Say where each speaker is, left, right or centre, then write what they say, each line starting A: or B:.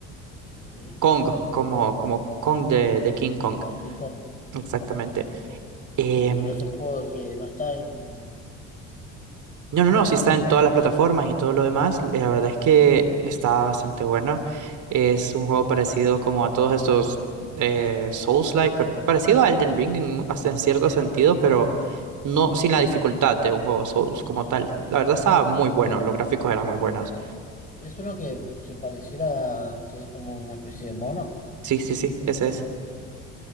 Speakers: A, on the left; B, on the right.
A: ¿sí?
B: Kong, como, como Kong de, de King Kong.
A: De King Kong.
B: Exactamente. Em,
A: Y, pero es un juego que no está en...
B: No, no, no,
A: Ah,
B: sí está
A: sí está.
B: en todas las plataformas y todo lo demás. eh, La verdad es que está bastante bueno. Es un juego parecido como a todos estos eh, Souls-like, pero parecido a Elden Ring en, hasta en cierto sentido, pero no sin la dificultad de un juego Souls como tal. La verdad estaba muy bueno, los gráficos eran muy buenos.
A: Es uno que, que pareciera que es como una especie de mono.
B: Sí, sí, sí, ese es.